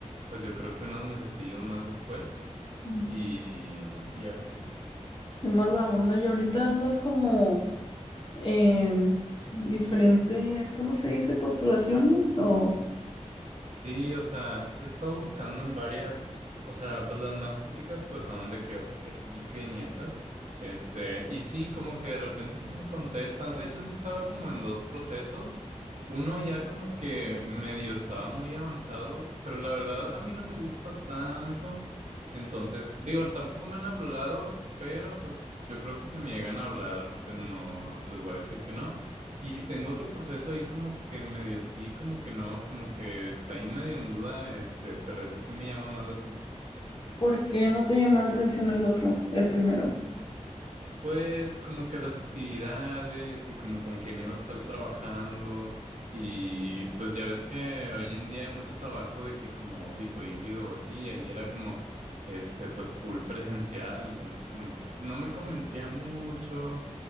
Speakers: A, on the right; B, on the left.
A: pues yo creo que unos mesecillos más después
B: Mm.
A: y, y así.
B: Qué mala onda. Y ahorita andas como en diferentes, ¿cómo se dice? Postulaciones o
A: Sí, o sea, sí he estado buscando en varias, o sea, pues las más típicas pues son de que OCC y LinkedIn y esas, este, y sí, como que de repente sí me contestan, de hecho sí estaba como en dos procesos, uno ya como que medio estaba muy avanzado, pero la verdad a mí no me gusta tanto, entonces, digo, tampoco me han hablado, pero pues yo creo que si me llegan a hablar, pues no, les voy a decir que no. Y tengo otro proceso ahí como que medio sí, como que no, como que está ahí medio en duda, este, pero ese sí me llama más la atención.
B: ¿por qué no te llamó la atención el otro, el primero?
A: Pues como que las actividades y como con quién iba a estar trabajando y pues ya ves que hoy en día hay mucho trabajo de que como office o híbrido o así, y ahí era como este pues full presencial, entonces como que no me convencía mucho